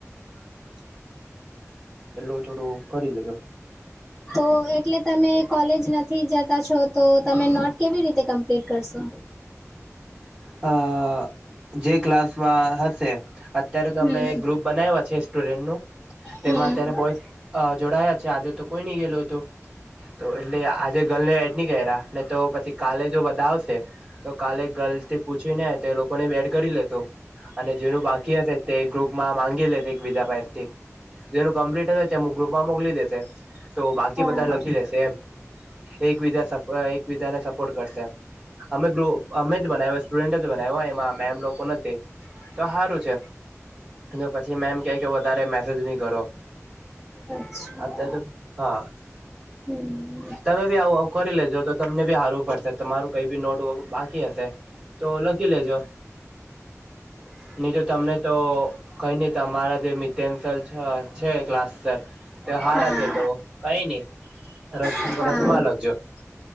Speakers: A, on the right (about 15°); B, in the centre.
A: <inaudible> પેલું થોડું કરીરી લેજો
B: તો એટલે તમે કોલેજ નથી જતા છો તો તમે નોટ કેવી રીતે કમ્પ્લીટ કરશો
A: આ જે ક્લાસમાં હશે અત્યારે તો
B: હમ
A: અમે ગ્રુપ બનાવ્યા છે સ્ટુડન્ટનું
B: હમ
A: તેમાં તેને બોયસ જોડાયા છે આજે તો કોઈ નહી ગયેલું હતું- તો એટલે આજે ગર્લને એડ નની ક્યા ને તો પછી કાલે જો બધા આવશે- તો કાલે ગલથી પૂછી ને તો એ લોકોને એડ કરી લેતો- અને જેનું બાકી હશે તે ગ્રુપ માં માંગી લેશે એક બીજા પથી- જેનું કમ્પ્લીટ હશે તેમ ગ્રુપમાં મોકલી દેશે તો બાકી
B: હા
A: બધા લખી લેશે એકબીજા એક બીજાને સપોર્ટ કરશે અમે ગૃ અમે જ બનાવી- ડ બનાવ એમાં મેમ લોકો નથી તો સારું છે. પછી મે એમ કે કે વધારે મેસેજ નહી કરો-
B: અચ્છા
A: અત્યારે તો હા
B: હમ-
A: તમે બી આવું આવ કરી લેજો તો તમને બી હારવું પડશે તમારું કઈ બી નોટવક બાકી હશે- તો લખી લેજો-
B: હ <inaudible>
A: નની તો તમને તો કઈ નહ તમારા જે મિટેન્સલ છે ક્લાસ- તે હારા
B: હા
A: છે તો કઈ નઈ રફ
B: હા હા
A: રફમાં લખજો-